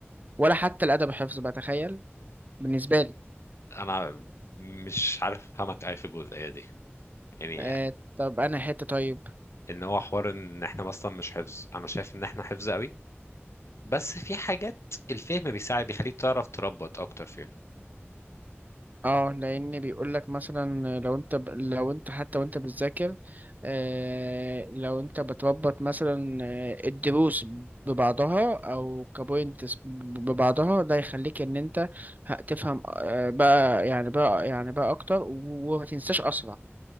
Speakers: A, on the right; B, on the left.
A: ولا حتى الادب حفظ بقى تخيل بالنسبه لي
B: انا مش عارف افهمك اي في الجزئيه دي يعني
A: آه، طب انا حته طيب
B: ان هو حوار ان احنا مثلا مش حفظ انا شايف ان احنا حفظ قوي بس في حاجات الفهم بيساعد بيخليك تعرف تربط اكتر فيها
A: اه لان بيقول لك مثلا لو انت ب... لو انت حتى وانت بتذاكر آه لو انت بتربط مثلا آه، الدروس ببعضها او كبوينتس ببعضها ده يخليك ان انت هتفهم آه بقى يعني بقى يعني بقى اكتر و- وما تنساش اسرع